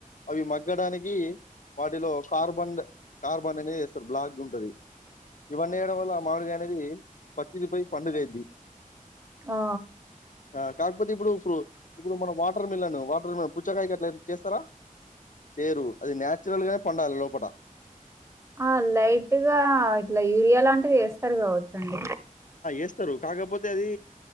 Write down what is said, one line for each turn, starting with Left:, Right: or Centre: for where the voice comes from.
Left: అవి మగ్గడానికి వాటిలో కార్బన్డ్ కార్బన్డ్ అనేనే వేస్తారు బ్లాక్ ఉంటుది. ఇవన్నీ వేయడం వల్ల మామిడిగాయా అనేయి పచ్చిది పోయి పండుగ అయిది.
Right: ఆ
Left: ఆ కాకపోతే ఇప్పుడు ఫుల్ ఇప్పుడు మన వాటర్ మిలన్ వాటర్ మిల్ పుచ్చకాయ అట్లా చేస్తారా. చేయ్యారు అది నాచురల్ గా పండాలి లోపటా.
Right: ఆ లైట్ గా ఇట్లా యూరియా లాంటిది ఏస్తారు కావచ్చండి.
Left: ఎస్తారు కాకపోతే అది